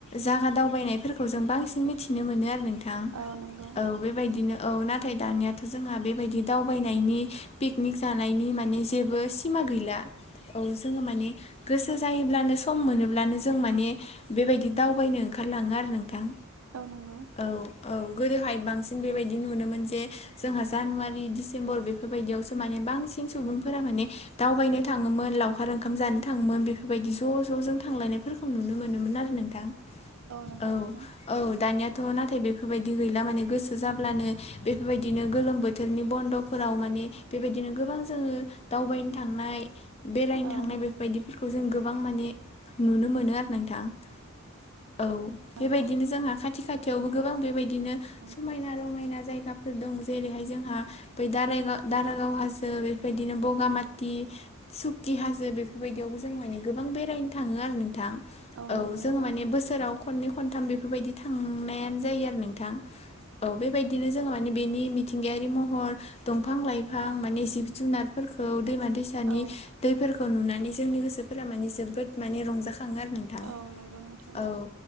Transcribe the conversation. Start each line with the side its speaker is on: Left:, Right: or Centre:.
Left: जागा दावबायनायफोरखौ जों बांसिन मिथिनो मोनो आरो नों थां
Right: औ नंगौ
Left: औ बेबायदिनो औ ना थाय दानियाथ' जोंहा बेबायदि दावबायनायनि पिकनिक जानायनि माने जेबो सिमा गैला औ जोङो माने गोसो जायोब्लानो सम मोनोब्लानो जों माने बेबायदि दावबायनो ओंखारलाङो आरो नोंथां।
Right: औ नंगौ।
Left: औ औ गोदोहाय बांसिन बेबायदि नुनो मोन जे जोंहा जानुवारि डिसेम्बर बेफोरबायदियावसो माने बांसिन सुबुंफोरा माने दावबायनो थाङोमोन लावखार ओंखाम जानो थाङोमोन बेफोरबायदि ज' ज' जों थांलायनाय फोरखौ नुनो मोनोमोन आरो नोंथां।
Right: नंगौ
Left: औ
Right: नोंथां
Left: औ दानियाथ' नाथाय बेफोरबायदि गैला माने गोसो जाब्लानो बेफोरबायदिनो गोलोम बोथोरनि बन्द'फोराव माने बेबायदिनो गोबां जोङो दावबायनो थांनाय बेरायनो
Right: औ
Left: थांनाय बे बायदिफोरखौ जों गोबां माने नुनो मोनो आरोनाखि औ
Right: नंगौ
Left: बेबायदिनो जोंहा खाथि खाथि थेवबो गोबां बेबायदिनो
Right: औ
Left: समायना रमायना जायगा फोर दं जेरैहाय जोंहा बै दारायगाव दारागाव हाजो बेफोरबायदिनो ब बगामाथि सुकि हाजो बेफोरबायदियावबो जों माने गोबां बेरायनो थाङो आरो नोंथां। औ
Right: नंगौ
Left: जोङो
Right: नोंथां
Left: माने बोसोराव खननै ख खथाम बेफोरबायदि थांनायानो जायो आरो नोंथां। औ बेबायदिनो जों माने बेनि मिथिंगायारि महर दंफां -लाइफां माने जिब जुनारफोरखौ दैमा दैसा दानि
Right: औ
Left: दैफोरखौ नुनानै जोंनि गोसोफोरा माने जोबोद माने रंजाखाङो आरो नों थां
Right: औ नंगौ नोंथां
Left: औ।